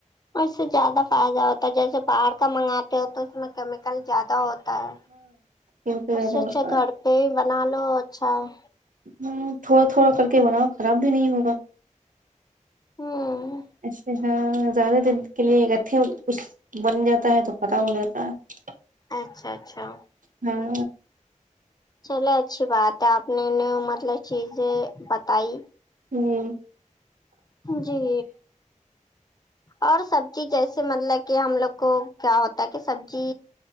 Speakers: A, on the left; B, on the right.
A: اور اس سے زیادہ فائدہ ہوتا ہے جیسے باہر کا منگاتے ہو تو اس میں کیمیکل زیادہ ہو ہوتا ہے
B: بالکل زیادہ
A: اس سے
B: ہوتا
A: اچھا گھر
B: ہے
A: پہ بنا لو اچھا ہے
B: ہوں تھوڑا تھوڑا کر کے بناؤ خراب بھی نہیں ہوگا
A: ہوں
B: اچھا ہاں زیادہ دیر کے لیے رکھے کچھ بن جاتا ہے تو خراب ہو جاتا ہے
A: اچھا اچھا
B: ہاں
A: چلے اچھی بات ہے آپ نے نیو مطلب چیزیں بتائی
B: ہوں
A: جی اور سبزی جیسے مطلب کہ ہم لوگ کو کیا ہوتا ہے کہ سبزی